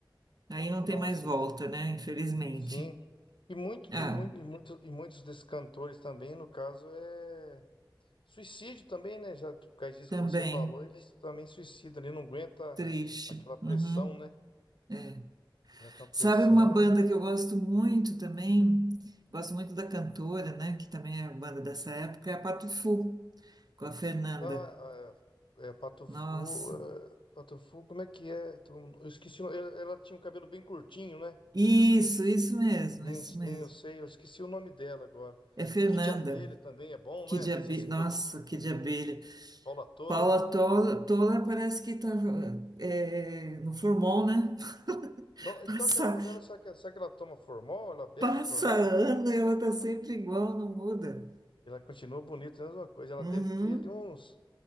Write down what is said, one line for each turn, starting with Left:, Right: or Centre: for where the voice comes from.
Right: aí não
Left: Nossa,
Right: tem mais volta,
Left: eh,
Right: né, infelizmente.
Left: sim. E muito,
Right: Ah,
Left: e muito, e muito, e muitos desses cantores também, no caso, é suicídio também, né? Já por causa disso
Right: também,
Left: que você falou, eles também suicidam ali, não aguenta
Right: triste.
Left: aquela pressão,
Right: Uhum.
Left: né?
Right: É.
Left: Aguenta a pressão
Right: Sabe uma banda que eu gosto muito também? Gosto muito da cantora, né? Que também é banda dessa época, é a Patufu, com a Fernanda.
Left: Ah, é, é, Patufu,
Right: Nossa.
Left: é, Patufu, como é que é? Tu- Eu esqueci, o- ela ela tinha um cabelo bem curtinho, né?
Right: Isso, isso mesmo,
Left: Sim,
Right: isso
Left: sim,
Right: mesmo.
Left: eu sei, eu esqueci o nome dela agora.
Right: É Fernanda.
Left: Que de abelha também é bom,
Right: Que
Left: não é?
Right: de
Left: Se
Right: abelha.
Left: se curte
Right: Nossa, que de abelha.
Left: Paula Toller,
Right: Paula
Left: né?
Right: Toller, Toller parece que tá é, no formol, né? <laughs>
Left: No- então
Right: Passa,
Left: aquela mulher, será que, será que ela toma formol? Ela bebe
Right: passa
Left: formol?
Right: ano e ela tá sempre igual, não muda.
Left: Ela continua bonita, é a mesma coisa. Ela
Right: Uhum.
Left: deve ter ali uns,